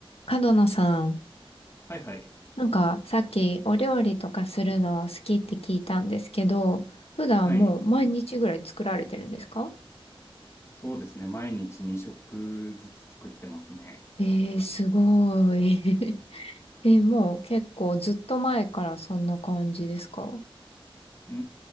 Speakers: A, on the left; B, on the left.
A: 角野さん、
B: はいはい。
A: なんかさっきお料理とかするの好きって聞いたんですけど、普段もう毎日ぐらい作られてるんですか
B: はい。そうですね。毎日2食ずつ作ってますね。
A: えー、すごい。<laughs> えー、もう結構ずっと前からそんな感じですか
B: うー